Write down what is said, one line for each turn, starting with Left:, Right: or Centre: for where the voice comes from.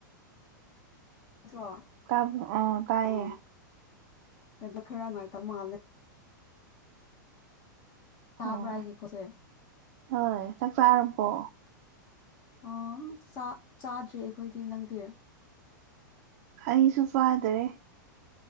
Left: ꯠꯇ꯭ꯔ
Right: ꯇꯥꯕ꯭ꯔꯣ ꯑꯣ ꯇꯥꯏꯌꯦ
Left: ꯑ ꯑꯗ ꯈꯔ ꯅꯨꯡꯉꯥꯏꯇꯕ ꯃꯥꯜꯂꯦ ꯇꯥꯕ꯭ꯔꯥ
Right: ꯑꯣ
Left: ꯑꯩꯒꯤ ꯈꯣꯟꯖꯦꯜ
Right: ꯍꯣꯏ ꯆꯥꯛꯆꯥꯥꯔꯔꯕꯣ
Left: ꯑꯥ ꯆꯥꯗ꯭ꯔꯔꯤ ꯑꯩꯈꯣꯏꯗꯤ ꯅꯪꯗꯤ
Right: ꯑꯩꯁꯨ ꯄꯥꯗꯔꯦ